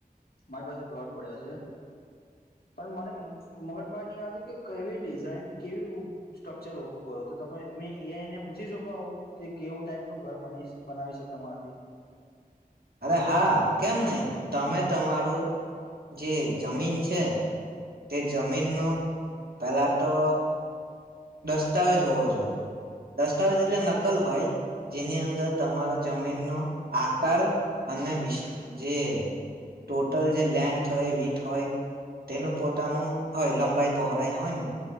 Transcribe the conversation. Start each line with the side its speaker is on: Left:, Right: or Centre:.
Left: મારી પાસે પ્લોટ પડ્યા છે પણ મને મગજમાં નય આવતું કે કય એવી ડિઝાઇન, કેવી સ્ટ્રક્ચર ઉભું કરો તો તમે મેં એ એને પૂછી શકો કે કેવું ટાઈપનું ઘર બની બનાવી શકે મારાથી?
Right: અરે હા કેમ નહી તમે તમારું જે જમીન છે તે જમીનનો પહેલા તો દસ્તાવેજ હોવો જોઈએ દસ્તાવેજ એટલે નકલ હોય જેની અંદર તમારો જમીનનો આકાર અને વિસ જે ટોટલ જે લેન્થ હોય, વીથ હોય તેનું પોતાનું હોય લંબાઈ પહોળાઈ હોય ને